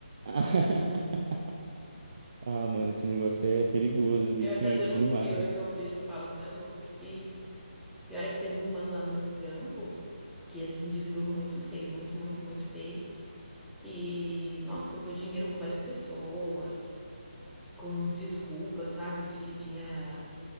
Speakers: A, on the right (about 35°); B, in the centre.
A: <laughs> Ah, mano, esse negócio é perigoso,
B: <laughs>
A: é viciante
B: Eu até denuncio,
A: demais.
B: a hora que eu vejo, eu falo, você é louco, que que é isso? Pior é que teve um mano lá no meu trampo. que ele se endividou muito feio, muito, muito, muito feio. E, nossa, pegou dinheiro com várias pessoas, com desculpa, sabe, de que tinha